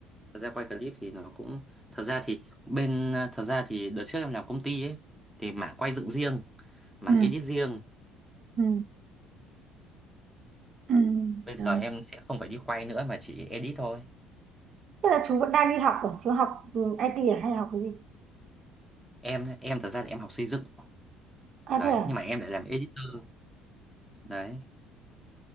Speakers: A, in the centre; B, on the right (about 45°).
A: thật ra quay clip thì nó cũng thật ra thì bên ờ, thật ra thì đợt trước em làm công ty ấy thì mảng quay dựng riêng mảng
B: Ừ.
A: edit riêng
B: Ừ. Ừ.
A: bây
B: Rồi.
A: giờ em sẽ không phải đi quay nữa mà chỉ edit thôi
B: Thế là chú vẫn đang đi học ở chú học ừ, IT à, hay học cái gì?
A: em em thật ra thì em học xây dựng
B: À
A: đấy
B: thế à,
A: nhưng mà em lại làm editor đấy